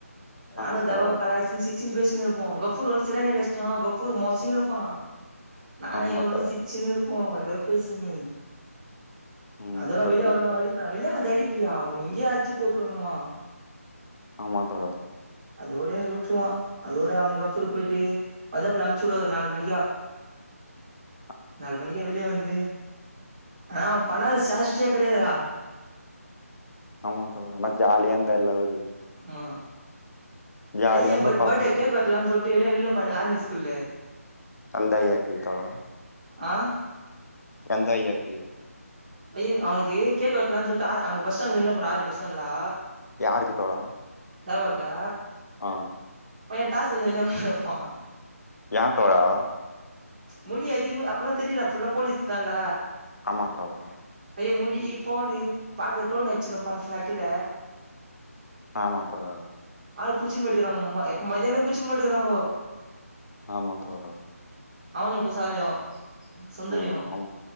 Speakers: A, on the right; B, on the left.
A: நானு
B: ஆமா
A: எதோவ்
B: தோழா
A: கலாய்சின் சிரி ச்சின் பேசினுருப்போ கஃப்ஃபூர் வந்து சிரானிய அடிச்டனா கஃப்ஃபூரு மொர்ச்சினுருப்பா நானு
B: ஆமா தோழா ஆமா
A: இவனு
B: தோழா
A: சிரி ச்சின்னு இருப்போ எதோ பேசிக்கினு
B: ம்
A: அதோட
B: சொல்லுங்க
A: வெளிய ஆவனா
B: தோழா
A: வழி அ வெள்ளயா இது அடிப்பியா உன்ன இங்கயே ஆட்ச்சு போட்டுருணுவா
B: ஆமா தோழர்
A: அதோட விட்டுருவா அதோட அவ கப்பூரு போயிட்டு அத அப்ற அம்சுடுவாரு நாலு மணிக்கா
B: உம்
A: நாலு மணிக்கே வெளிய வந்து ஆ பண்ணாத சேஷிட்டியே கெடையாதுறா
B: ஆமா தோழர் நல்லா ஜாலியா இருந்த எல்லாமே இருக்கு
A: ஆமா
B: ஜாலியா
A: பைய
B: வந்து
A: பேட்
B: பாஸ்
A: பேட்டே
B: ஆயிட்டாரு
A: கேக் வெட்லானு சொல்ட்டு வெளிய நின்னுருபானுங்க ஆர்மி ஸ்கூல்லு
B: கந்த ஐயாக்கு இத்தனா
A: ஆ
B: கந்த ஐயாக்கு
A: ஏ அவனுக்கு ஏழு கேக் வெட்லான் சொல்ட்டு ஆர் அங்க பஸ் ஸ்டாண்ட்லேலா போன ஆரணி பஸ் ஸ்டாண்ட்லா
B: யாருக்கு தோழா
A: தேவாக்கு
B: ஆ
A: பைய டாஸ் இந்த வெளியாதா வெப்பா
B: யா தோழா
A: முடி அதிகமா அப்பலா தெரியல அப்புள்ள போலீஸ் தான்ல
B: ஆமா தோழர்
A: ஏ முடி போனு பாக்கட்டுன் வச்சுனுப்பா சாட்டுல
B: ஆமா தோழா
A: ஆள் புட்ச்சின்னு போயிட்டுகிறாங்கம்மா எப்போ மத்தியானமே புட்ச்சின்னு போயிட்டுக்கிறாங்கோ
B: ஆமா தோழா
A: அவனுக்கு குசாலியு சுந்தரியு
B: ம் ஆமா